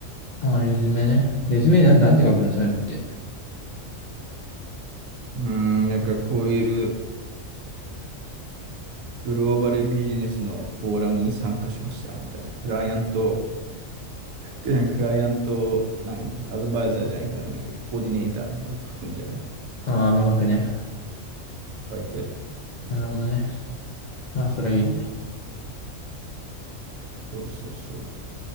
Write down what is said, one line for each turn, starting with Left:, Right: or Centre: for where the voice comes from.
Left: ああ、レズメね。レズメなん、なんて書くのそういうのって。
Right: ーん、なんかこういうグローバルビジネスのフォーラムに参加しましたみたいな。クライアント、何クライアント、何アドバイザーじゃないけどなんだっけ、コーディネーターみたいなこと書くんじゃないの
Left: ああ、うまくね。
Right: 書いて。
Left: なるほどね。まあ、それいいね。
Right: そうそうそ